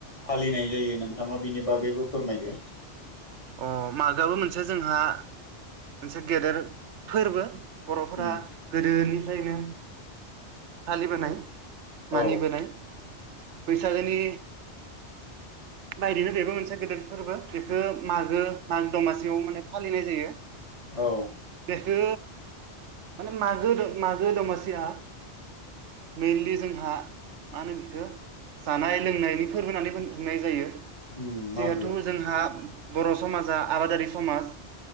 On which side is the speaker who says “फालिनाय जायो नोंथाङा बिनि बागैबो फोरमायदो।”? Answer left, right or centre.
Left